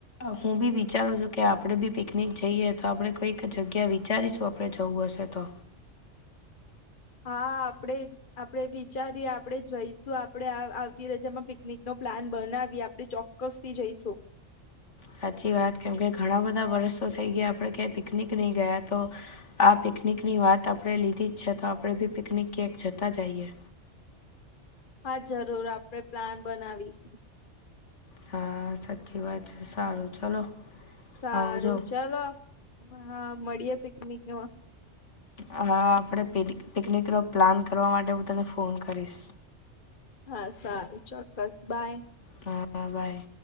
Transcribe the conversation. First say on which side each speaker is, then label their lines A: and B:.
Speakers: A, on the left (about 75°); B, on the left (about 45°).
A: હું બી વિચારુ છું કે આપડે બી પિકનિક જઈએ, તો આપડણે કોઈક જગ્યા વિચારીશું. આપડે જવું હશે તો.
B: હા આપડે આપડણે વિચારીએ, આપડણેે જઈશું, આપણે આ આવતી રજામાં પિકનિક નો પ્લાન બનાવીએ આપડે ચો ક્કસથી જઈશું.
A: સાચી વાત. કેમ કે ઘણા બધા વર્ષો થઈ ગયા, આપડે ક્યાંય પિકનિક નહી ગયા તો આ પિકનિક ની વાત આપણે લીધી જ છે, તો આપડે બી પિકનિક ક્યાંક જતા જઈએ.
B: હા, જરૂર આપડણેે પ્લાન બનાવીશું.
A: હા સાચી વાત છે, સારુ ચલો.
B: સારુ
A: આવજો
B: ચાલો, હા મળીએે પિકનિક ન માં
A: હા, આપડણે પિક પિકનિકનો પ્લાન કરવા માટે હું તને ફોન કરીસ.
B: હા. સારુ ચોક્કસ, બાય.
A: હા બાય.